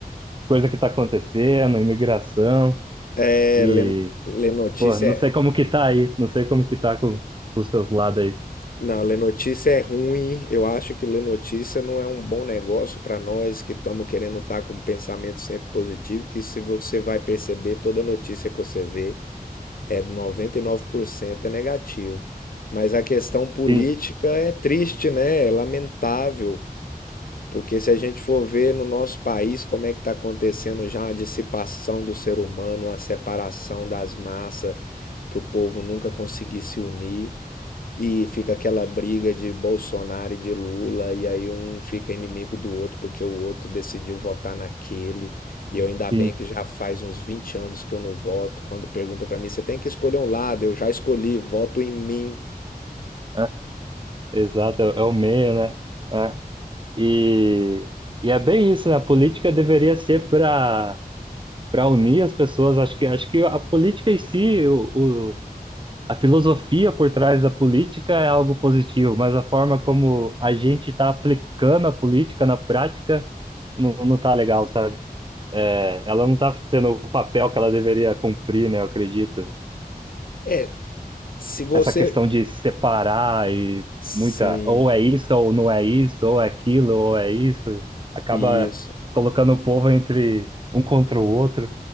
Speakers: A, on the right; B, on the left.
A: coisa que tá acontecendo, imigração
B: é
A: e,
B: lê, lê notícia
A: pô, não
B: é
A: sei como que tá aí, não sei como que tá com os seus lados aí.
B: Não, ler notícia é ruim. Eu acho que ler notícia não é um bom negócio para nós que estamos querendo estar com um pensamento sempre positivo, que se você vai perceber, toda notícia que você vê é 99% é negativo. Mas a questão política
A: Sim.
B: é triste, né? É lamentável. Porque se a gente for ver no nosso país como é que está acontecendo já a dissipação do ser humano, a separação das massas, para o povo nunca conseguir se unir, e fica aquela briga de Bolsonaro e de Lula, e aí um fica inimigo do outro porque o outro decidiu votar naquele. E eu ainda bem
A: Sim,
B: que já faz uns 20 anos que eu não voto. Quando pergunta para mim, você tem que escolher um lado, eu já escolhi, voto em mim.
A: é, exato, é, é o meio, né? É. E, e é bem isso, né? A política deveria ser para para unir as pessoas. Acho que, acho que a política em si, o, o- a filosofia por trás da política é algo positivo, mas a forma como a gente está aplicando a política na prática não, não tá legal, sabe? É, Ela não está sendo o papel que ela deveria cumprir, né? Eu acredito.
B: É, se você.
A: essa questão de separar e
B: Sim,
A: muita, ou é isso, ou não é isso, ou é aquilo, ou é isso, acaba
B: isso.
A: colocando o povo entre um contra o outro,